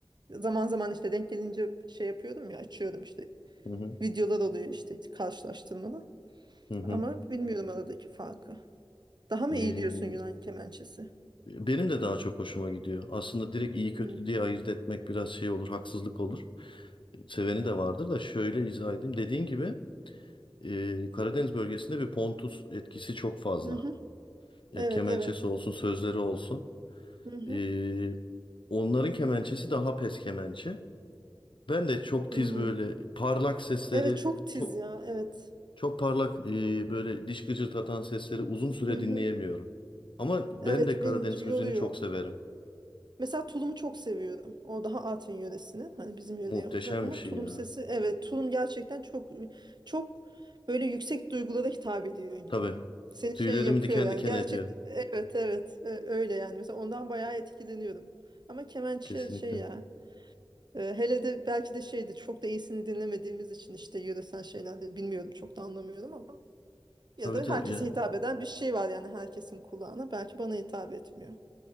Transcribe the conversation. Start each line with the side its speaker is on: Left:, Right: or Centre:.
Right: zaman zaman işte denk gelince şey yapıyordum ya açıyordum işte
Left: hı hı,
Right: videolar oluyor işte karşılaştırmalı.
Left: hı hı.
Right: Ama bilmiyorum aradaki farkı. Daha mı
Left: Ee,
Right: iyi diyorsun Yunan kemençesi?
Left: benim de daha çok hoşuma gidiyor. Aslında direkt iyi kötü
Right: Hmm.
Left: diye ayırt etmek biraz şey olur, haksızlık olur. Seveni de vardır da şöyle izah edeyim. Dediğin gibi e, Karadeniz bölgesinde bir Pontus etkisi çok fazla.
Right: Hı hı.
Left: Ya,
Right: Evet
Left: kemençesi
Right: evet.
Left: olsun, sözleri olsun.
Right: Hı hı.
Left: Ee, onların kemençesi daha pes kemençe. Ben de çok
Right: Hmm.
Left: tiz böyle parlak sesleri
Right: Evet çok tiz
Left: çok
Right: ya evet.
Left: Çok parlak e, böyle diş gıcırtatan sesleri uzun süre
Right: Hı
Left: dinleyemiyorum.
Right: hı.
Left: Ama ben
Right: Evet
Left: de Karadeniz
Right: beni
Left: müziğini
Right: yoruyor.
Left: çok severim.
Right: Mesela tulumu çok seviyorum. O daha Artvin yöresinin. Hani bizim yöreye
Left: Muhteşem
Right: uzak ama
Left: bir şey
Right: tulum
Left: ya.
Right: sesi evet tulum gerçekten çok çok böyle yüksek duygulara hitap ediyor gibi.
Left: Tabii.
Right: Seni
Left: Tüylerimi
Right: şey yapıyor
Left: diken
Right: yani
Left: diken
Right: gerçekten
Left: ediyor.
Right: evet evet e, öyle yani. Mesela ondan bayağı etkileniyorum. Ama kemençe
Left: Kesinlikle.
Right: şey şey ya e, hele de belki de şeydi çok da iyisini dinlemediğimiz için işte yöresel şeylerde bilmiyorum çok da anlamıyorum ama ya
Left: Tabii
Right: da
Left: tabii
Right: herkese
Left: ya.
Right: hitap eden bir şey var yani herkesin kulağına belki bana hitap etmiyor.